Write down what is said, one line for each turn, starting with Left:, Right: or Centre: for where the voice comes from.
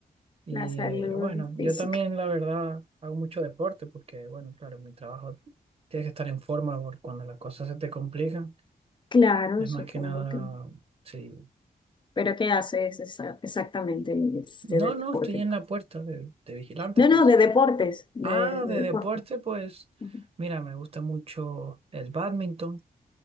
Right: Y
Left: la salud
Right: eh, bueno,
Left: física.
Right: yo también, la verdad, hago mucho deporte porque, bueno, claro, en mi trabajo tienes que estar en forma porque cuando las cosas se te complican,
Left: Claro,
Right: es
Left: supongo
Right: más que nada,
Left: que.
Right: sí.
Left: Pero ¿qué haces exa- exactamente de
Right: No,
Left: deporte?
Right: no, estoy en la puerta de, de vigilante,
Left: No,
Right: pues.
Left: no, de deportes, de,
Right: Ah,
Left: de
Right: de
Left: deporte.
Right: deporte, pues,
Left: Ujú.
Right: mira, me gusta mucho el bádminton,